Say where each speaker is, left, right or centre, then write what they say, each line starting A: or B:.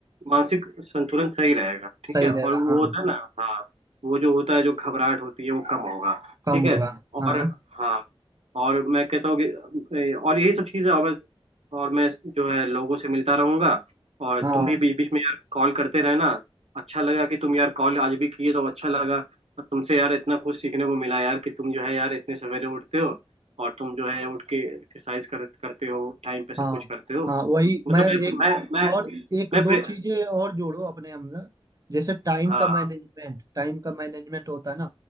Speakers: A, on the right; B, on the right.
A: मानसिक संतुलन सही रहेगा ठीक
B: सही
A: है और
B: रहेगा
A: वो
B: हाँ
A: होता है ना हाँ वो जो होता है जो घबराहट होती है वो कम होगा
B: कम
A: ठीक है
B: होगा हाँ
A: और हाँ और मैं कहता हूँ कि ए, और यही सब चीज़ें और मैं और मैं जो है लोगों से मिलता रहूंगा और
B: हाँ
A: तुम भी बीच बीच में यार कॉल करते रहना अच्छा लगा कि तुम यार कॉल आज भी किए तो अच्छा लगा और तुमसे यार इतना कुछ सीखने को मिला यार कि तुम जो है यार इतने सवेरे उठते हो और तुम जो है उठ के एक्सरसाइज कर, करते हो टाइम पे सब
B: हाँ
A: कुछ करते हो
B: हाँ वही
A: मतलब
B: मैं एक
A: मैं मैं मैं
B: और एक
A: मैं
B: दो
A: प्रे...
B: चीजें और जोड़ो अपने अंदर जैसे टाइम
A: हाँ
B: का मैनेजमेंट टाइम का मैनेजमेंट होता है ना